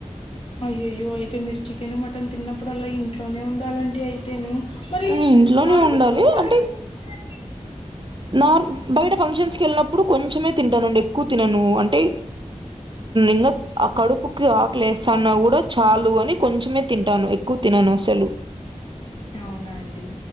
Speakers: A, on the left (about 50°); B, on the right (about 40°).
A: అయ్యయ్యో అయితే మీరు చికెన్ మటన్ తిన్నప్పుడల్లా ఇంట్లోనే ఉండాలండి అయితేను మరి
B: ఉమ్, ఇంట్లోనే
A: నాన్
B: ఉండాలి
A: వెజ్ ఫంక్షన్ల
B: అంటే
A: ఎట్లా అండి
B: నార్ బయట ఫంక్షన్స్ కి వెళ్ళినప్పుడు కొంచెమే తింటానండి ఎక్కువ తినను అంటే ఇంకా ఆ కడుపుకి ఆకలి ఏస్తాన్నా కూడా చాలు అని కొంచెమే తింటాను ఎక్కువ తిన ననుసలు
A: అవునా అండి